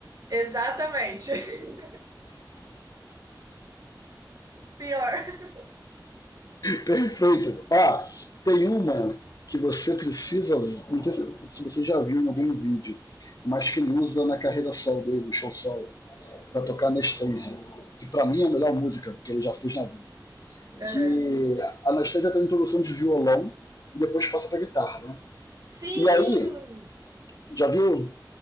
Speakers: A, on the right; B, on the left.
A: Exatamente. <laughs> Pior.
B: Perfeito. Ó, tem uma que você precisa, não sei se, se você já viu em algum vídeo, mas que ele usa na carreira solo dele, no show solo, pra tocar Anastasia, que pra mim é a melhor música que ele já fez na vida.
A: Aham.
B: Que a Anastasia tem uma introdução de violão e depois passa pra guitarra, né?
A: Sim,
B: E aí, já viu?